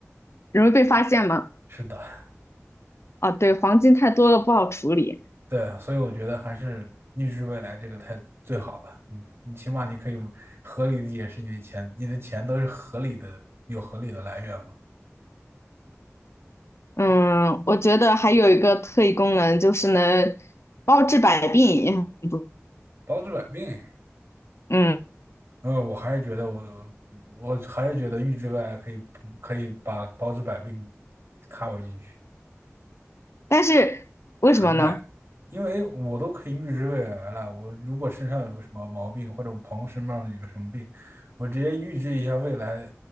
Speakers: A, on the left; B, on the right.
A: 容易被发现吗？
B: 是的。
A: 啊，对，黄金太多了不好处理。
B: 对啊，所以我觉得还是预知未来这个太最好了。你你起码你可以合理的解释你的钱，你的钱都是合理的，有合理的来源嘛，
A: 嗯，我觉得还有一个特异功能就是能包治百病，也很不，
B: 包治百病。
A: 嗯，
B: 嗯，我还是觉得我我还是觉得预知未来可以可以把包治百病 cover 进去。
A: 但是为什么呢？
B: 涵盖，因为我都可以预知未来了。我如果身上有个什么毛病，或者我朋友身上有个什么病，我直接预知一下未来